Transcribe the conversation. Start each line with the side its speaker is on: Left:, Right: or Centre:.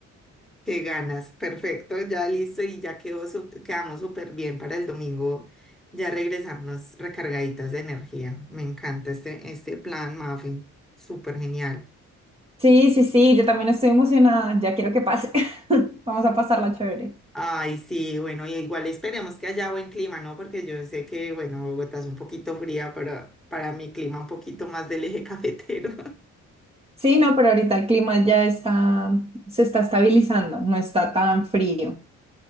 Centre: Qué ganas, perfecto, ya listo y ya quedó, sup- quedamos súper bien para el domingo, ya regresamos recargaditas de energía. Me encanta este, este plan, Mafi, súper genial.
Right: Sí, sí, sí, yo también estoy emocionada, ya quiero que pase. <laughs> Vamos a pasarla chévere.
Centre: Ay, sí, bueno, y igual esperemos que haya buen clima, ¿no? Porque yo sé que, bueno, Bogotá es un poquito fría, pero para mi clima un poquito más del eje <laughs> cafetero.
Right: Sí, no, pero ahorita el clima ya está, se está estabilizando, no está tan frío.